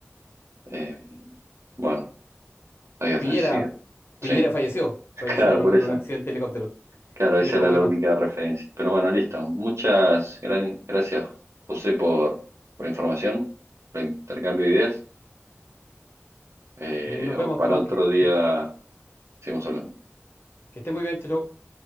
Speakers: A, on the right; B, on the left.
A: eh, bueno, había
B: Piñera,
A: fallecido.
B: Piñera
A: Sí,
B: falleció,
A: <laughs>
B: falleció
A: claro, por
B: en
A: eso.
B: un accidente de helicóptero.
A: Claro, esa
B: Pero
A: era
B: bueno,
A: la única referencia. Pero bueno, listo. Muchas gran- gracias, José, por, por la información, por el intercambio de ideas. Eh,
B: y nos vemos,
A: o para
B: Tomás,
A: otro
B: que,
A: día
B: que,
A: seguimos hablando.
B: que esté muy bien, chau. chau.